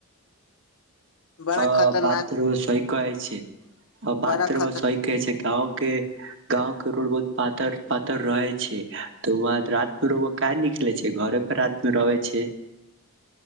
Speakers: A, on the left; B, on the right.
A: बड़ा
B: ओ
A: खतरनाक
B: बातरूमो सहि कहै छै बातरूमो
A: बड़ा खतर
B: सह कहै छै गाँ के गाँव के रोड बहुत पातर पातर रहे छै तऽ वहं रात मे क निकले छै घरे पर रात मे रहै छै